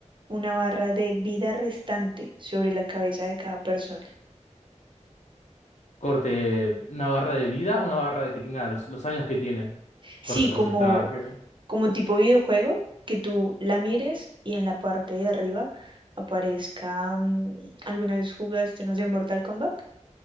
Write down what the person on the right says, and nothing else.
una barra de vida restante sobre la cabeza de cada persona?
Sí,
como, como tipo videojuego, que tú la mires y en la parte de arriba aparezca, mm, ¿alguna vez jugaste, no sé, Mortal Kombat?